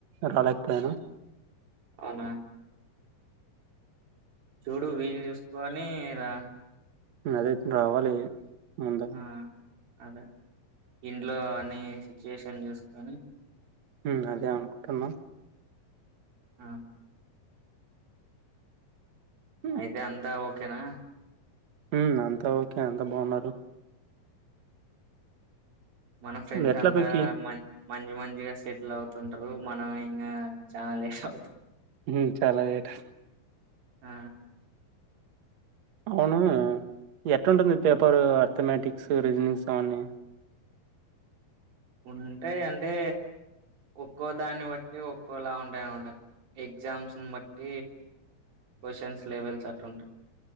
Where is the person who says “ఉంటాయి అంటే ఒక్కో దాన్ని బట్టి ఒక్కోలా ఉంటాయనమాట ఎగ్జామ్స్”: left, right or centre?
Right